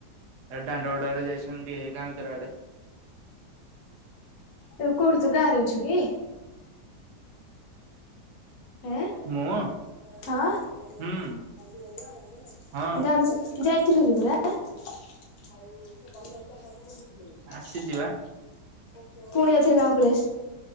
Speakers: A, on the right; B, on the left.
A: ଏ ଦାଣ୍ଡ ଗୋଟରେ ଯାଇଚନ୍ତି, ଏ ଗାଁ ଭିତର ଆଡ଼େ।
B: ଏବେ କଉଠି ତୁ, ଗାଁ ରେ ଅଛୁ କି? <unintelligible>
A: ମୁଁ
B: ଯାଇଥିଲୁରେ
A: ହୁଁ
B: ପରା?
A: ହଁ
B: ପୁଣି ଆଉଥରେ ଗାଁକୁ ପଳେଇ
A: ଆସିଛି ବା।
B: ଆସି